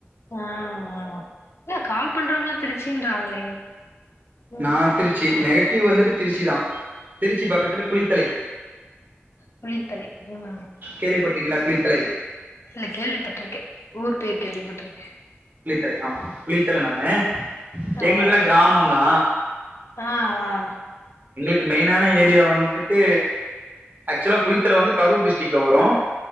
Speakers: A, on the left; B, on the right.
A: ஆஹ ஆஹ் இன்னா கால் பண்றவங்களா திருச்சின்றாங்களே ம்
B: நா திருச்சி நே ட்டிவ் வந்துட்டு திருச்சிதா திருச்சி பக்கத்துல குளித்தலை
A: குளித்தலை உம்
B: கேள்விப்பட்டிருக்கீங்களா குளித்தலை
A: இல்ல கேள்விப்பட்டிருக்கே ஊர் பேர் கேள்விப்பட்டிருக்கே
B: குளித்தலை ஆமா குளித்தலை நானு எங்குளுதெலா
A: ஓ
B: கிராமந்தா
A: ஆ ஆ
B: கு மெயினான ஏரியா வந்துட்டு ஆக்சுவலா குளித்தலை வந்து கரூர் டிஸ்ட்ரிக்ல வரு